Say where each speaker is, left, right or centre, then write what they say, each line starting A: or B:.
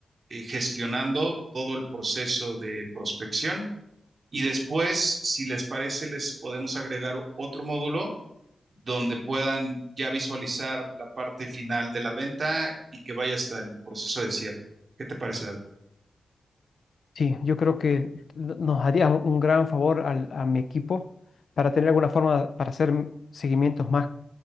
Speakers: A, on the right; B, on the left.
A: eh, gestionando todo el proceso de prospección. Y después, si les parece, les podemos agregar otro módulo donde puedan ya visualizar la parte final de la venta y que vaya hasta el proceso de cierre. ¿Qué te parece, David?
B: Sí, yo creo que no- nos haría un un gran favor al- a mi equipo para tener alguna forma para hacer seguimientos más,